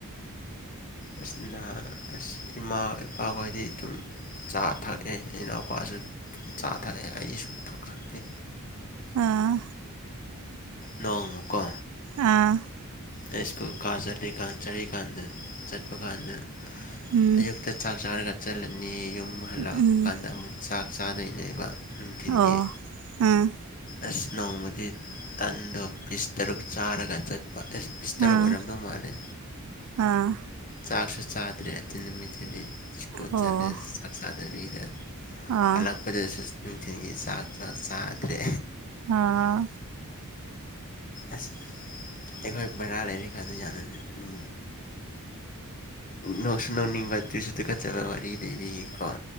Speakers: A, on the left; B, on the right.
A: ꯑꯁ ꯅ ꯑꯁ ꯏꯃꯥ ꯏꯄꯥꯈꯣꯏꯗꯤ ꯑꯗꯨꯝ ꯆꯥ ꯊꯛꯑꯦ ꯏꯅꯥꯎꯄꯥꯁꯨ ꯆꯥ ꯊꯛꯑꯦ ꯑꯩ ꯁꯨꯡꯊꯛ ꯊꯛꯇꯦ
B: ꯑꯥ
A: ꯅꯣꯡꯃꯀꯣ
B: ꯑꯥ
A: ꯑꯩ ꯁ꯭ꯀꯨꯜ ꯀꯥ ꯆꯠꯂꯤꯀꯥꯟ ꯆꯠꯔꯤꯀꯥꯟꯗ ꯆꯠꯄ ꯀꯥꯟꯗ
B: ꯎꯝ
A: ꯑꯌꯨꯛꯇ ꯆꯥꯛ ꯆꯥꯔꯒ ꯆꯠꯂꯅꯤ ꯌꯨꯝ ꯍꯜꯂꯛꯄ
B: ꯎꯝ
A: ꯀꯥꯟꯗ ꯑꯃꯨꯛ ꯆꯥꯛ ꯆꯥꯗꯣꯏꯅꯦꯕ ꯅꯨꯡꯊꯤꯟꯒꯤ
B: ꯑꯣ ꯎꯝ
A: ꯑꯁ ꯅꯣꯡꯃꯗꯤ ꯇꯟꯗꯣ ꯄꯤꯁ ꯇꯔꯨꯛ ꯆꯥꯔꯒ ꯆꯠ ꯄ ꯑꯁ ꯄꯤꯁꯇꯔ
B: ꯑꯥ
A: ꯑꯣꯏꯔꯝꯗꯧ ꯃꯥꯜꯂꯦ
B: ꯑꯥ
A: ꯆꯥꯛꯁꯨ ꯆꯥꯗ꯭ꯔꯦ ꯑꯗꯨ ꯅꯨꯃꯤꯠꯇꯨꯗꯤ ꯁ꯭ꯀꯨꯜ
B: ꯑꯣ
A: ꯆꯠꯂꯦ ꯆꯥꯛ ꯆꯥꯗꯕꯤꯗ
B: ꯑꯥ
A: ꯍꯜꯂꯛꯄꯗꯁꯨ ꯅꯨꯡꯊꯤꯜꯒꯤ ꯆꯥꯛ ꯆꯥ ꯆꯥꯗ꯭ꯔꯦ
B: ꯑꯥ
A: ꯑꯁ ꯑꯩꯈꯣꯏ ꯕꯥꯔꯥ ꯂꯩꯔꯤꯀꯥꯟꯗ ꯌꯥꯝꯅ ꯅꯨ ꯅꯣꯛꯁꯨ ꯅꯣꯛꯅꯤꯡꯕ ꯇꯨꯁꯨ ꯇꯨꯀꯠꯆꯕ ꯋꯥꯔꯤ ꯂꯤꯕꯤꯒꯦ ꯀꯣ